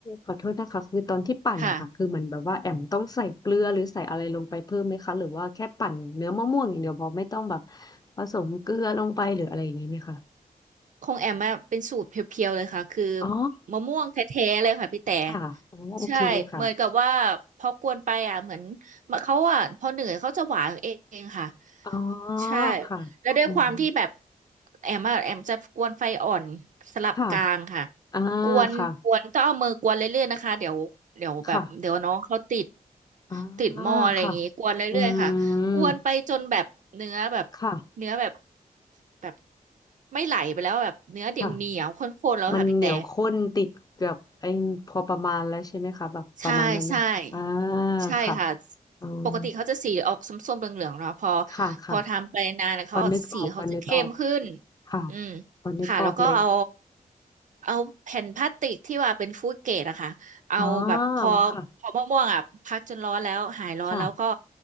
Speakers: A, on the left; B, on the right.
A: ขอโทษนะคะคือตอนที่ปั่นอะคะคือเหมือนแบบว่าแอมต้องใส่เกลือหรือใส่อะไรลงไปเพิ่มไหมคะหรือว่าแค่ปั่นเนื้อมะม่วงอย่างเดียวพอไม่ต้องแบบ
B: ค่ะ
A: ผสมเกลือลงไปหรืออะไรอย่างนี้ไหมคะ
B: ของแอมอะเป็นสูตรเพียวๆเลยค่ะคือ
A: อ๋อ
B: มะม่วงแท้ๆเลยค่ะพี่แต่
A: ค่ะอ๋อโอเคเลยค่ะ
B: ใช่เหมือนกับว่าพอกวนไปอ่ะเหมือนเขาอ่ะพอเหนื่อยเขาจะหวานเองค่ะ
A: อ๋อ
B: ใช่
A: ค่ะอืม
B: แล้วด้วยความที่แบบแอมอะแอมจะกวนไฟอ่อนสลับกลางค่ะ
A: ค่ะอ่า
B: กวนกวนต้องเอามือกวนเรื่อยๆนะคะเดี๋ยวเดี๋ยวแบบเดี๋ยวน้องเขาติด
A: ค่ะค่ะอ่า
B: ติดหม้ออะไรอย่างงี้กวนเรื่อยๆค่ะกวนไปจนแบบเนื้อแบบ
A: ค่ะอืมค่ะ
B: เนื้อแบบแบบไม่ไหลไปแล้วแบบเนื้อเดียวเหนียวข้นๆแล้วค่ะพี่แต่
A: ค่ะ มันเหนียวข้นติดกับไอ้พอประมาณแล้วใช่ไหมคะแบบประมาณนั้นไหมอ่า
B: ใช่ใช่ ใช่ค่ะ
A: ค่ะอืม
B: ปกติเขาจะสีออกส้มๆเหลืองๆเนาะพอ
A: ค่ะค่ะ
B: พอทำไปนานๆเขาออกจะสีเขาจะเข้มขึ้น
A: พอนึกออกพอนึกออกค่ะ
B: อืม
A: พอนึกออกเลย
B: ค่ะแล้วก็เอาเอาแผ่นพลาสติกที่ว่าเป็นฟู้ดเกรดอะค่ะเอาแบบพอพอมะม่วงๆอะพักจนร้อนแล้วหายร้อนแล้วก็
A: อ๋อค่ะค่ะ